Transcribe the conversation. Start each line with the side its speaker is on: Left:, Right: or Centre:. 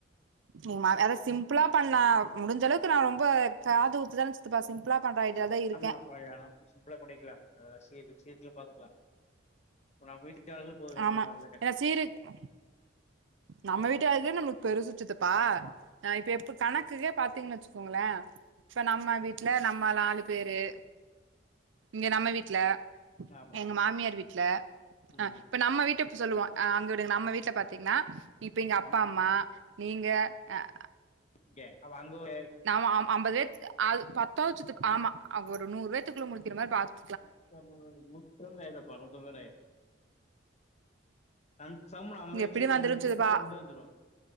Right: எங்க மா அத சிம்பிளா பண்ணலா முடிஞ்ச அளவுக்கு நா ரொம்ப காது குத்துதான சித் தப்பா சிம்பிளா பண்ற ஐடியால தா இருக்கே
Left: ஆமா அப்பா எல்லா சிம்பிளா பண்ணிக்கலா ஆ சீர் சீர்க்கெல்லா பாத்துக்கலா இப்ப நா போய் நிக்காதவங்களுக்கு போய் நா
Right: ஆமா
Left: போயிட்டு வாரவா கேட்டேப்பா
Right: ஏன்னா சீரு நம்ம வீட்டு ஆளுகளே நம்மளுக்கு பெருசு சித்தப்பா
Left: ஆமா
Right: ஆ இப்ப எப்ப கணக்குக்கே பாத்தீங்கன்னு வச்சுக்கோங்களே இப்ப நம்ம வீட்ல நம்ம நாலு பேரு இங்க நம்ம வீட்ல
Left: ஆமா
Right: எங்க மாமியார் வீட்ல
Left: ம்
Right: ஆ இப்ப நம்ம வீட்டு சொல்லுவோ ஆ அங்க விடுங்க நம்ம வீ்ட்ல பாத்தீங்கன்னா இப்ப இங்க அப்பா
Left: அவ
Right: அம்மா நீங்க ஆ
Left: இங்க அப்ப அங்க போய்
Right: நாம அம் அம்பது பேத்து அது பத்தாது சித்தப் ஆமா ஒரு நூறு பேத்துக்குள்ள முடிக்கிற மாரி பாத்
Left: <unintelligible> நூத்தி அம்பது பேர் ஆயிட்டு கண் பேசாம நம்ம வீட்டு
Right: எப்டி
Left: சைடு
Right: வந்துரு
Left: உங்க வீட்டு
Right: சித்தப்பா
Left: சைடு மட்டு வந்து வச்சுருவோ